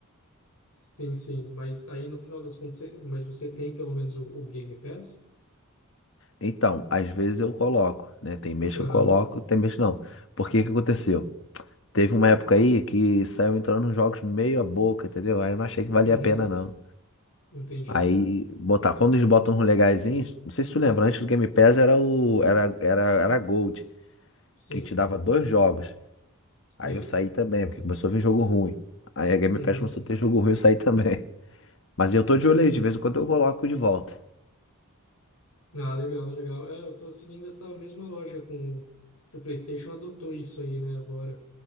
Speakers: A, on the left; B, on the left.
A: Sim, sim. Mas aí no final das contas, você- mas você tem pelo menos o, o Game Pass?
B: Então, às vezes eu coloco, né? Tem mês
A: Aham.
B: que eu coloco, tem mês que não. Por que que aconteceu? Teve uma época aí que saiu entrando nos jogos meio a boca, entendeu? Aí eu não achei que valia
A: Uhum.
B: a pena, não.
A: Entendi.
B: Aí botar, quando eles botam uns legaisinhos, não sei se tu lembra, antes do Game Pass era o era, era, era Gold,
A: Sim,
B: que te dava dois jogos. Aí
A: lembro.
B: eu saí também, porque começou a vir jogo ruim. Aí a Game
A: Uhum.
B: Pass começou a ter jogo ruim, eu saí também. <laughs> Mas eu tô de
A: Sim.
B: olho aí, de vez em quando eu coloco de volta.
A: Ah, legal, legal. É, eu tô seguindo essa mesma loja com que o PlayStation adotou isso aí, né, agora,